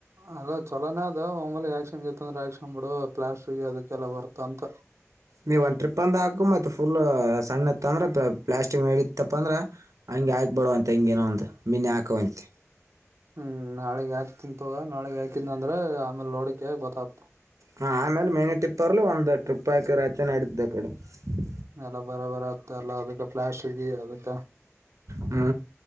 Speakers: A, on the right (about 60°); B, on the right (about 85°).
A: ಅಲ್ಲ ಚಲೋನೇ ಅದ ಒಮ್ಮೇಲೆ ಯಾಕ್ಕ್ಷನ್ ಇತ್ತ ಅಂದ್ರ ಹಾಕ್ಷನ್ ಬಿಡು ಪ್ಲಾಸ್ಟ್ರಗಿ ಅದಕ್ಕೆಲ್ಲ ಬರ್ತ ಅಂತ.
B: ನೀವ ಒಂದ ಟ್ರಿಪಂದ ಹಾಕು ಮತ್ತ ಫುಲ್ ಅ. ಸಣ್ಣ, ಇತ್ತು ಅಂದ್ರೆ! ಪಾ, ಪ್ಲಾಸ್ಟಿಕ್ ನಡತ್ತಪ್ಪ ಅಂದ್ರೆ, ಹಂಗೆ ಹಾಕ್ಬಡುವಂತೆ ಹಿಂಗಗೆನೊ ಒಂದು, ಮೀನ ಹಾಕೋಂತೆ. <inaudible>
A: ಹ್ಮ್, ನಾಳೆ ಆಗ್ತೀನಿ! ತಗೋ, ನಾಳೆ ಹಾಕಿಲ್ಲ ಅಂದ್ರೆ, ಆಮೇಲೆ, ನೋಡಿಕ ಗೊತ್ತತ್? <unintelligible>
B: ಹಾ, ಆಮೇಲೆ, ಮೇನಿ ಟ್ರಿಪ್ಪರು, ಅಲ್ಲೀ, ಒಂದು ಟ್ರಿಪ್, ಹಾಕಿ, ರತ ನಡತಿದ್ದ ಆ, ಕಡೆ. <unintelligible>
A: ಎಲ್ಲ ಬರ ಬರ ಅತ್ತೋ ಎಲ್ಲ ಅದಕ್ಕ ಪ್ಲಾಸ್ಟಿಕ್ಗಿ ಅದಕ್ಕ.
B: ಹ್ಞೂ